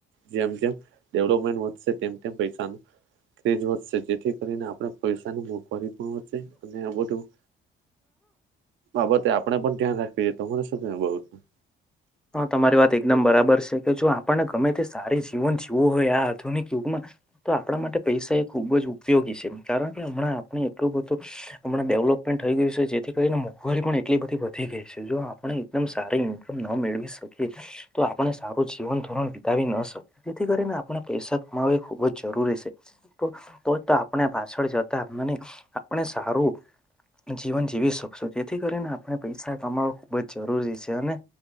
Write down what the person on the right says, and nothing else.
જેમ જેમ ડેવલોપમેન્ટ વધશે તેમ તેમ પૈસાનું ક્રેજ વધશે જેથી કરીને આપણે પૈસાનું મોંઘવારી પણ વધશે અને આ બધું બાબતે આપણે પણ ધ્યાન રાખવી જોઈએ. તમારે શું કેવુ બાબત મા?